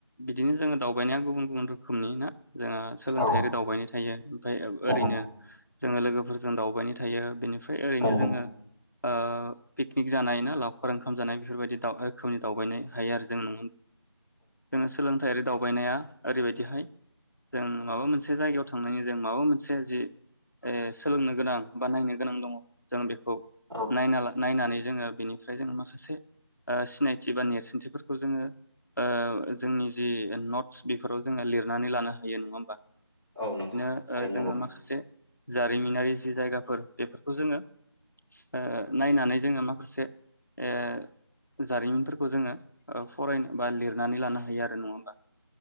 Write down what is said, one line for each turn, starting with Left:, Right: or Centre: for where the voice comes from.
Left: बिदिनो जोङो दावबायनाया गुबुन गुबुन रोखो <unintelligible> जोंहा सोलोंथायारि
Right: औ
Left: दावबायनो थायो ओमफ्राय
Right: औ
Left: ओरैनो जोङो लोगोफोरजों दावबायनाय थायो बेनि फ्राय ओरैनो
Right: औ
Left: जोङो ओ पिकनिक जानाय ना लावखार ओंखाम जानाय बेफोरबायदि <unintelligible> रोखोमनि दावबायनाय जों <unintelligible> जोङो सोलोंथाइयारि दाव बायनाया ओरैबायदिहाय जों माबा मोनसे जायगायाव थांनायनि जों माबा मोनसे जि ओ सोलोंनो गोनां बा नायनो गोनां दङ जों बेख खौ
Right: औ
Left: नायनाला नायनानै जोङो बेनिफ्राय जो माखासे ओ सिनायथि बा नेरसो दिन्थिफोरखौ जोङो ओ जोंनि जि नटस बिफोराव जोङो लिरनानै लानो हायो नङा होमबा?
Right: औ नंगौ
Left: नो
Right: थारैनो
Left: ओ जोङो
Right: नंगौ
Left: माखासे जारिमिनारि जि जायगाफोर बेफोरखौ जोङो ओ ओ नायनानै जोङो माखासे ओ जारिमिनफोरखौ जोङो ओ फरेन बा लिरनानै लानो हायो आरो नङा होमबा?